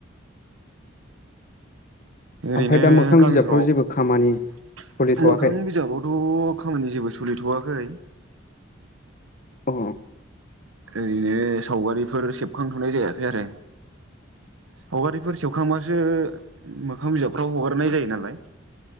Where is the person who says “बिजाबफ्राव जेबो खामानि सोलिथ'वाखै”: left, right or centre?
Left